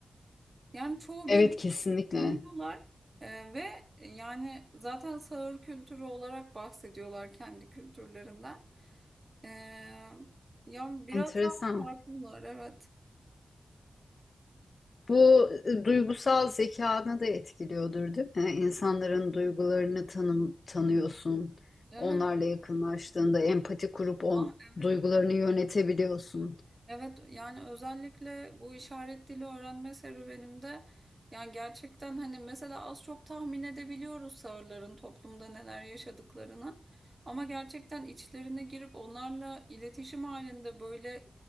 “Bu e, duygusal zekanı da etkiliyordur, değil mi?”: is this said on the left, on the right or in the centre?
Left